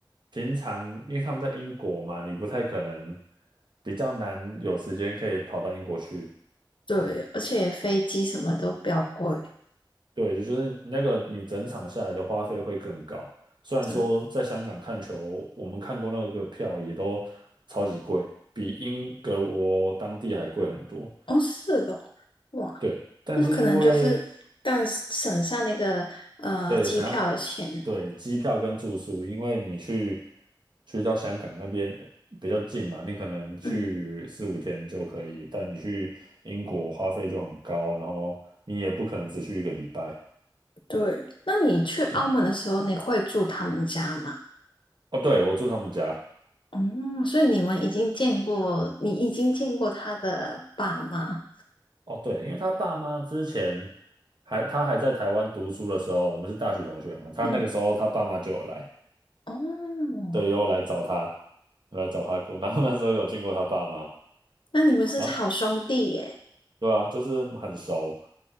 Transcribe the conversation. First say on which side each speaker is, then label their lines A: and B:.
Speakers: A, on the right; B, on the left.
A: 平常因为他们在英国嘛，你不太可能比较难有时间可以跑到英国去。
B: 对，而且飞机什么都比较贵，
A: 对，就是那个你整场下来的花费会更高。虽然说在香港看球，
B: 嗯，
A: 我们看过那个票也都超级贵，比英国当地还贵很多。
B: 哦是哦，哇，
A: 对，但是因为
B: 那可能就是，但省下那个呃机票的钱，
A: 对，想要对机票跟住宿，因为你去去到香港那边呃比较近嘛，你可能去四五天就可以，
B: 嗯。
A: 但你去英国花费就很高，然后你也不可能只去一个礼拜。
B: 对，那你去澳门的时候，
A: 就
B: 你会住他们家吗？
A: 哦，对，我住他们家。
B: 嗯，所以你们已经见过，你已经见过他的爸妈。
A: 哦，对，因为他爸妈之前还他还在台湾读书的时候，我们是大学同学嘛，他那个时候他爸妈就有来，
B: 嗯，哦，
A: 对，也有来找他，有来找他过，然后那时候有见过他爸妈，
B: 那你们是好兄弟耶。
A: 然后对啊，就是很熟，